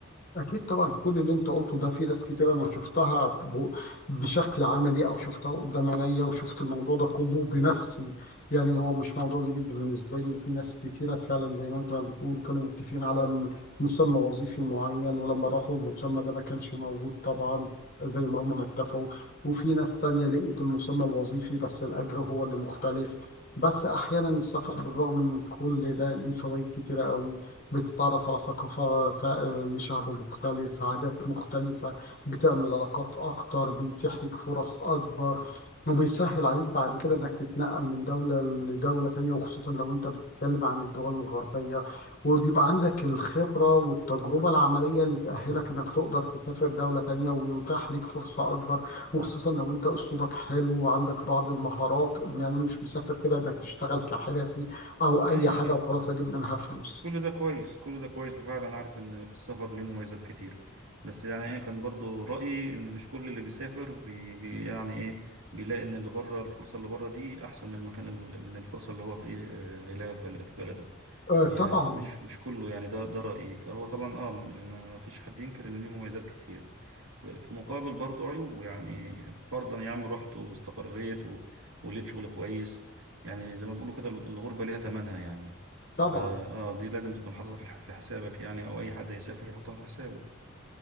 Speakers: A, on the left; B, on the right.
A: أكيد طبعا كل اللي أنت قلته ده في ناس كتير أنا شفتها ب- بشكل عملي أو شفتها قدام عينيا وشفت الموضوع ده كله بنفسي يعني هو مش موضوع جديد بالنسبة لي وفي ناس كتيرة فعلا زي ما أنت ما بتقول كانوا متفقين على م- مسمى وظيفي معين ولما راحوا المسمى ده ما كانش موجود طبعا زي ما هم ما اتفقوا وفي ناس تانية لقيت المسمى الوظيفي بس الأجر هو اللي مختلف بس أحيانا السفر بالرغم من كل ده ليه فوائد كتيرة قوي بتتعرف على ثقافات آه، لشعب مختلف عادات مختلفة بتعمل علاقات أكتر بيتيح لك فرص أكبر وبيسهل عليك بعد كده إنك تتنقل من دولة لدولة تانية وخصوصا لو أنت بتتكلم عن الدول الغربية وبيبقى عندك الخبرة والتجربة العملية اللي تأهلك إنك تقدر تسافر دولة تانية ويتاح ليك فرصة أكبر وخصوصا لو أنت أسلوبك حلو وعندك بعض المهارات يعني مش مسافر كده إنك تشتغل كحرفي أو
B: ماشي
A: أي حاجة وخلاص أجيب منها فلوس
B: كل ده كويس كل ده كويس وفعلا عارف ان السفر ليه مميزات كتير بس يعني انا كان برضو رأيي ان مش كل اللي بيسافر بي بي يعني ايه بيلاقي ان اللي بره الفرصة اللي بره دي احسن من المكان ال- من الفرصة اللي هو في ايه آه، هيلاقيها في بل- في بلده
A: آه
B: يعني
A: طبعا
B: مش مش كله يعني ده ده رأيي فهو طبعا اه ما فيش حد ينكر ان ليه مميزات كتير ف- في مقابل برضو عيوب يعني فرضا يا عم رحت واستقريت و- ولقيت شغل كويس يعني زي ما بيقولوا كده الغربة ليها ثمنها يعني
A: طبعا
B: فا اه دي لازم تكون حاططها في الح- في حسابك يعني او اي حد هيسافر يحطها في حسابه